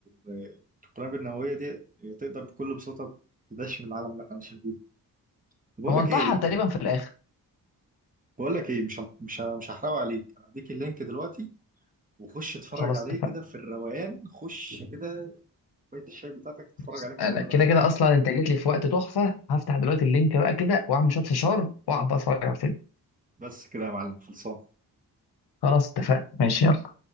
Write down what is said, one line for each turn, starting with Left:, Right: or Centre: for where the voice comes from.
Right: آه، آه، القنابل النووية دي تقدر بكل بساطة تدشم العالم اللي احنا عايشين فيه طب بقول
Left: هو
Right: لك
Left: انتحر
Right: ايه
Left: تقريبا في الاخر
Right: بقول لك ايه مش هن- مش ه- مش هحرقه عليك انا هديك اللينك دلوقتي وخش اتفرج
Left: خلاص
Right: عليه
Left: اتفقنا
Right: كده في الروقان خش كده كوباية الشاي بتاعتك اتفرج
Left: بس
Right: عليه من
Left: انا
Right: اوله
Left: كده
Right: لاخره
Left: كده اصلا انت جيت لي في وقت تحفه هفتح دلوقتي اللينك بقى كده واعمل شويه فشار واقعد بقى اتفرج على الفيلم
Right: بس كده يا معلم خلصان
Left: خلاص اتفقنا ماشي يلا